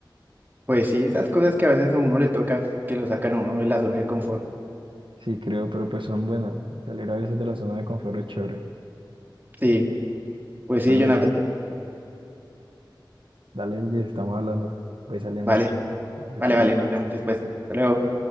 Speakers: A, on the right; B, on the right.
A: Pues sí, esas cosas que a veces a uno le toca, que lo sacan a uno de la zona de confort.
B: Sí, creo, pero pues son buenas. Salir a veces de la zona de confort es chévere.
A: Sí, pues
B: Bueno,
A: sí, Jonathan.
B: el- dale, Elvis, estamos hablando. Voy saliendo.
A: Vale,
B: Dale,
A: vale,
B: chao.
A: vale, nos vemos después. Hasta luego.